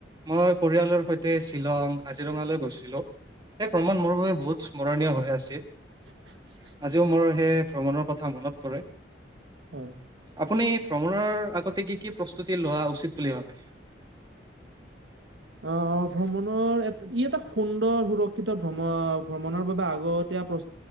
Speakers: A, on the right; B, on the right.
A: মই পৰিয়ালৰ সৈতে শ্বিলং কাজিৰঙালৈ গৈছিলো এই, ভ্ৰমণ মোৰ বাবে বহুত স্মৰণীয় হৈ আছে।
B: <unintelligible>
A: আজিও মোৰ সেই ভ্ৰমণৰ কথা মনত পৰে,
B: হয়।
A: আপুনি ভ্ৰমণৰ আগতে, কি কি প্ৰস্তুতি লোৱা উচিত বুলি ভাবে?
B: অহ, ভ্ৰমণৰ, ই এটা সুন্দৰ সুৰক্ষিত ভ্ৰমণ ভ্ৰমণৰ বাবে আগতে প্ৰস